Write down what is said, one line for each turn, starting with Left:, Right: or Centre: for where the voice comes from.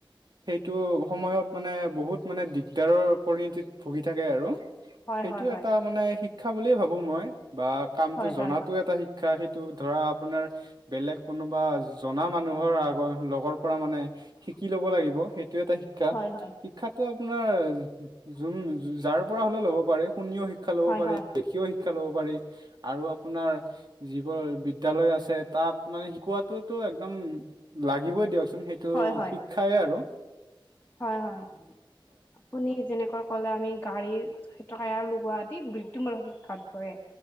Right: সেইটো সময়ত মানে বহুত মানে দিগদাৰৰ পৰিণতিত ভুগি থাকে আৰু।
Left: হয়
Right: সেইটো
Left: হয় হয়
Right: এটা মানে শিক্ষা বুলিয়ে ভাবো মই বা কামটো
Left: হয়
Right: জনাতো
Left: হয়
Right: এটা শিক্ষা। শিক্ষা সেইটো ধৰা আপোনাৰ বেলেগ কোনোবা জনা মানুহৰ আগৰ লগৰ পৰা মানে শিকি ল'ব লাগিব সেইটো। এই এটা শিক্ষা
Left: হয় হয় হয়
Right: শিক্ষাতটো আপোনাৰ যোন যাৰ পৰা হ'লে ল'ব পাৰে। শুনিও শিক্ষা ল'ব
Left: হয়
Right: পাৰে
Left: হয়
Right: দেখীয় শিক্ষা শিক্ষা ল'ব পাৰি আৰু আপোনাৰ যিবোৰ বিদ্যালয় আছে তাত মানে কোৱাটোতো একদম লাগিবই দিয়কচোন সেইটো
Left: হয় হয়
Right: শিক্ষাই আৰু।
Left: হয়, হয় আপুনি যেনে ক'লে আমি গাড়ীৰ তায়াৰ লগোৱা আদি বৃত্তিমূলক শিক্ষাত পৰে।